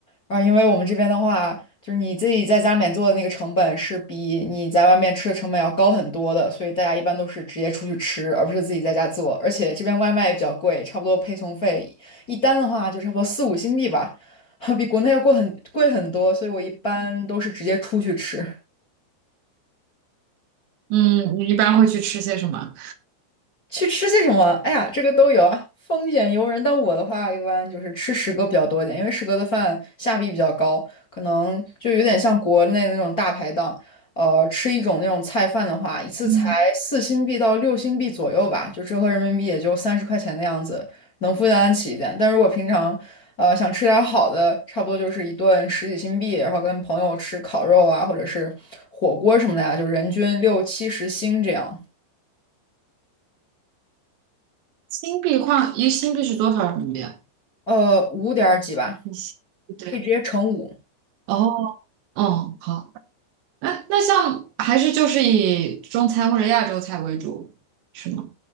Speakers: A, on the left; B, on the right.
A: 啊，因为我们这边的话，就是你自己在家里面做的那个成本是比你在外面吃的成本要高很多的，所以大家一般都是直接出去吃，而不是自己在家做。而且这边外卖也比较贵，差不多配送费一单的话就差不多四五新币吧，<laughs> 比国内要贵很贵很多，所以我一般都是直接出去吃。
B: 嗯，你一般会去吃些什么？
A: 去吃些什么？哎呀，这个都有啊，丰俭由人。但我的话，一般就是吃食阁比较多一点，因为食阁的饭下币比较高，可能就有点像国内的那种大排档。呃，吃一种那种菜饭的话，一次才四新币到六新币左右吧，
B: 嗯，
A: 就折合人民币也就三十块钱的样子，能负担得起一点。但如果平常，呃，想吃点好的，差不多就是一顿十几新币，然后跟朋友吃烤肉啊，或者是火锅什么的呀、就人均六七十新这样。
B: 新币换一新币是多少人民币啊？
A: 呃，五点儿几吧。
B: 一新对，
A: 可以直接乘五。
B: 哦，哦，好，那那像还是就是以中餐或者亚洲菜为主，是吗？